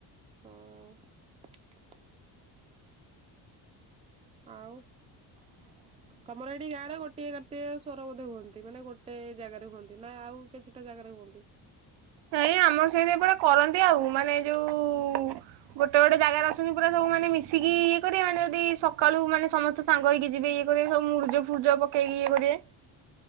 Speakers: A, on the right (about 15°); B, on the right (about 75°).
A: ହୁଁ। ଆଉ?
B: <unintelligible>
A: ତମର ଏଇଠି ଗାଁ ରେ ଗୋଟିଏ କାତିକସ୍ୱର ବୋଧେ ହୁଅନ୍ତି ମାନେ ଗୋଟେ ଜାଗାରେ ହୁଅନ୍ତି ନା ଆଉ କିଛିଟା ଜାଗାରେ ହୁଅନ୍ତି?
B: ନାଇଁ ଆମର ସେମିତି ଏପଟେ କରନ୍ତି ଆଉ ମାନେ ଯୋଉ ଗୋଟେ ଗୋଟେ ଜାଗାରେ ଅଛନ୍ତି ପୁରା ସବୁ ମାନେ ମିଶିକି ଇଏ କରିବା ମାନେ ଯଦି ସକାଳୁ ମାନେ ସମସ୍ତେ ସାଙ୍ଗ ହେଇକି ଯିବେ ଇଏ କରିବେ ସବୁ ମୁରୁର୍ଜ ଫୁରୁର୍ଜ ପକେଇକି ଇଏ କରିବେ।